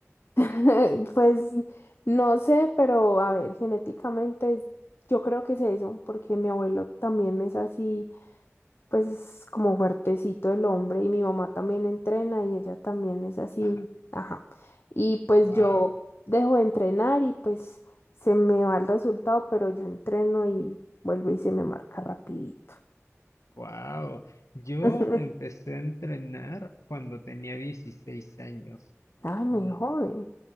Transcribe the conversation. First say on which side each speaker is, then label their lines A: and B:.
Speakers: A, on the left; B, on the left.
A: <laughs> Pues no sé, pero a ver, genéticamente es- yo creo que es eso, porque mi abuelo también es así, pues es como fuertecito el hombre y mi mamá también entrena y ella también es así,
B: Ajá.
A: ajá. Y pues
B: Wow,
A: yo dejo de entrenar y pues se me va el resultado, pero yo entreno y vuelve y se me marca rapidito.
B: wow. Yo
A: <laughs>
B: empecé a entrenar cuando tenía 16 años. am,
A: Ay, muy joven.